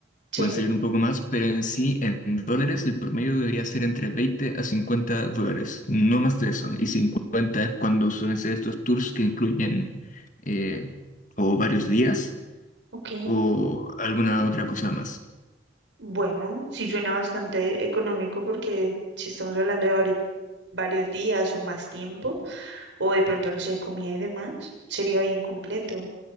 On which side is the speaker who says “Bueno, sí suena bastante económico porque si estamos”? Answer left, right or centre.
Right